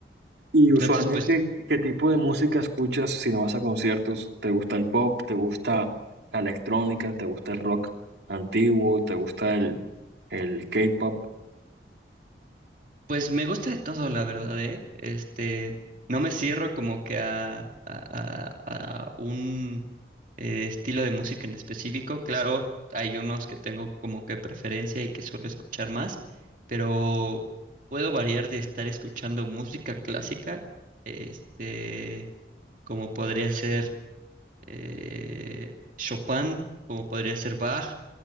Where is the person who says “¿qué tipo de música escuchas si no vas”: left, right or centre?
Right